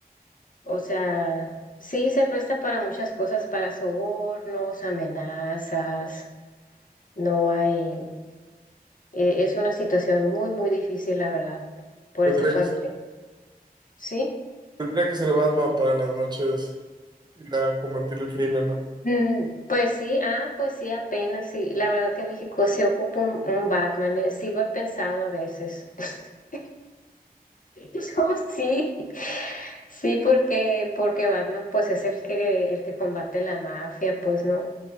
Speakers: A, on the left; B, on the right.
A: o sea, sí se presta para muchas cosas, para sobornos, amenazas, no hay, e- es una situación muy, muy difícil, la verdad, por
B: tendría
A: esa parte,
B: que ser,
A: ¿sí?
B: tendría que ser Batman para en las noches ir a combatir el crimen, ¿no?
A: Mm, pues sí, ah, pues sí, apenas, sí, la verdad que México se ocupa un, un Batman, eh, sí lo he pensado a veces. <laughs> <laughs> No, sí, sí, porque, porque Batman pues es el que, el que combate la mafia, pues no.